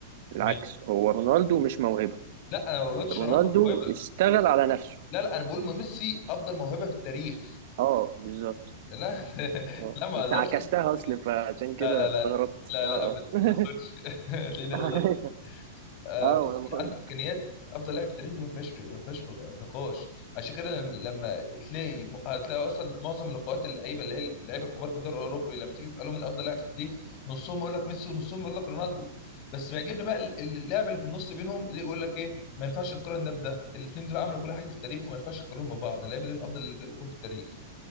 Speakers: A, on the right (about 60°); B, on the left (about 45°).
A: العكس
B: م-
A: هو رونالدو مش موهبه
B: لا انا ما قلتش
A: رونالدو
B: رونالدو موهبه
A: اشتغل على نفسه
B: لا لا انا بقول ميسي افضل موهبه في التاريخ
A: اه بالظبط
B: لا <laughs>
A: اه
B: لا ما
A: انت
B: اقدرش
A: عكستها
B: انكر
A: اصل
B: كده
A: فعشان كده
B: لا لا لا
A: استغربت
B: لا
A: اه
B: لا ابدا
A: اه
B: ما اقصدش
A: <laughs>
B: <laughs> تلاقيني غلطت
A: أيوة.
B: آه
A: اه
B: ميسي
A: انا بقول
B: عنده
A: لك
B: امكانيات افضل لاعب في التاريخ دي ما فيهاش ما فيهاش نقاش عشان كده لما لما تلاقي هتلاقي اصلا معظم لقاءات اللعيبه اللي هي اللعيبه الكبار في الدوري الاوروبي لما تيجي تسالهم من افضل لاعب في التاريخ نصهم يقول لك ميسي ونصهم يقول لك رونالدو بس بيعجبني بقى ال- اللاعب اللي في النص بينهم اللي يقول لك ايه ما ينفعش تقارن ده بده الاثنين دول عملوا كل حاجه في التاريخ وما ينفعش تقارنهم ببعض اللعيبه دي من افضل اللي جم في التاريخ